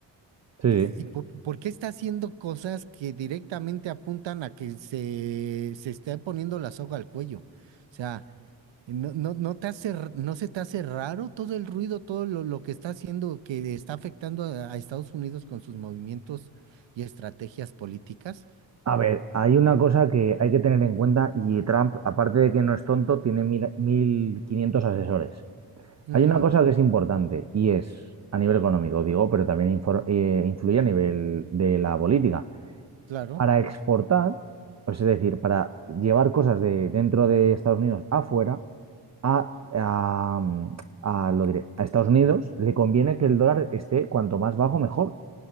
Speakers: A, on the right; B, on the right.
A: sí,
B: ¿Y
A: sí.
B: por, por qué está haciendo cosas que directamente apuntan a que se, se esté poniendo la soga al cuello? O sea, no, no, no te hace, r- ¿no se te hace raro todo el ruido, todo lo, lo que está haciendo, que está afectando a, a Estados Unidos con sus movimientos y estrategias políticas?
A: A ver, hay una cosa que hay que tener en cuenta y Trump, aparte de que no es tonto, tiene mil- 1.500 asesores.
B: Ujú,
A: Hay una cosa que es importante y es a nivel económico, digo, pero también infor- eh, influye a nivel de la política.
B: claro.
A: Para exportar, pues es decir, para llevar cosas de dentro de Estados Unidos afuera, a, a, a, lo diré, a Estados Unidos le conviene que el dólar esté cuanto más bajo, mejor.